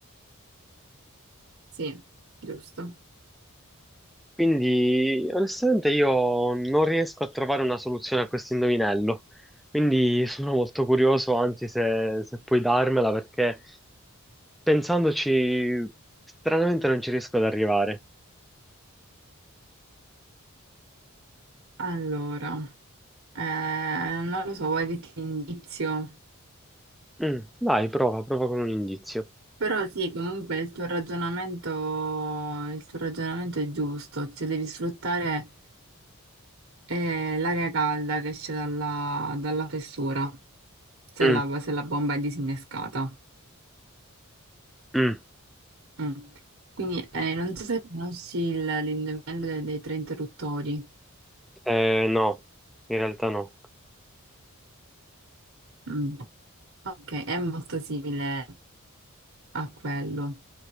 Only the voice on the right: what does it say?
Sì, giusto.
Allora, eh, non lo so, vuoi dirti indizio?
Però sì, comunque il tuo ragionamento, il tuo ragionamento è giusto, cioè devi sfruttare eh, l'aria calda che esce dalla, dalla fessura, se
la, se la bomba è disinnescata.
Mm. Quindi eh, non so se conosci il- l'indovinello dei, dei tre interruttori.
Mm. Ok, è molto simile a quello.